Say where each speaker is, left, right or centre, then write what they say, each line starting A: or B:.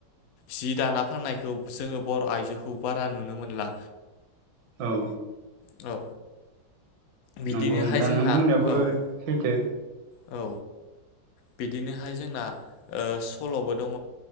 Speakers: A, on the left; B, on the right.
A: जि दाना फाननायखौ जोङो बर' आइजोखौ बारा नुनो मोनला
B: औ
A: औ बिदिनोहाय
B: नंगौ दा
A: जोंहा
B: नों बुंनायाबो
A: औ
B: सैथो
A: औ बिदिनोहाय जोंना सल'बो दङ